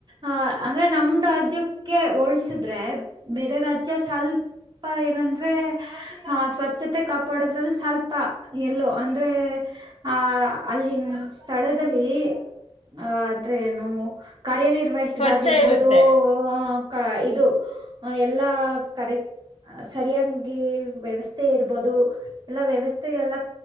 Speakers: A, on the right; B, on the left.
A: ಅ ಅಂದ್ರೆ ನಮ್ಮ ರಾಜ್ಯಕ್ಕೆ ಹೋಳಿಸಿದ್ರೆ ಬೇರೆ ರಾಜ್ಯ ಸ್ವಲ್ಪ ಏನಂ
B: ಹ್ಮ್
A: ಆ ಸ್ವಚ್ಛತೆ ಕಾಪಾಡದ್ರಲ್ಲಿ ಸ್ವಲ್ಪ ಎಲ್ಲೋ ಅಂದ್ರೆ ಆ ಅಲ್ಲಿ ನಮ್ಮ ಸ್ಥಳದಲ್ಲಿ ಅ ಅಂದ್ರೆ ಏನು ಕಾರ್ಯನಿರ್ವಹಿಸಿದಾಗಿರ್ಬೋದು
B: ಸ್ವಚ್ಛ ಇರುತ್ತೆ
A: ಹು ಕ ಇದು ಎಲ್ಲಾ ಕರೆಕ್ ಸ್ ಸರಿಯಾಗ್ಗಿ ವ್ಯವಸ್ಥೆ ಇರಬಹದು ಎಲ್ಲ ವ್ಯವಸ್ಥೆಲ್ಲ